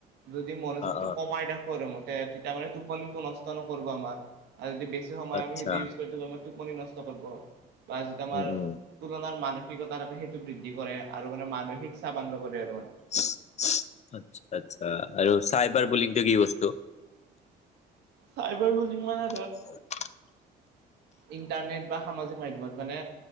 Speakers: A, on the right (about 75°); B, on the left (about 40°).
A: যদি মনোযোগটো
B: অ অ
A: কমাই দেখো ৰে মতে তেতিয়া মানে টোপনিটো নষ্ট নকৰব আমাৰ আৰু যদি বেছি সময়
B: আচ্ছা
A: আমি সেইটো ইউজ কৰি থাকো আমাৰ টোপনি নষ্ট কৰিব বা যিটো আমাৰ
B: উম উম
A: তুলনাৰ মানসিকতা থাকে সেইটো বৃদ্ধি কৰে আৰু মানে মানসিক চাবান কৰে
B: আতছা <unintelligible> আচ্ছা আৰু চাইবাৰ বুলিংটো কি বস্তু
A: চাইবাৰ বুলিংমানে
B: <unintelligible>
A: ইণ্টাৰনেট বা সামাজিক মাধ্যমত মানে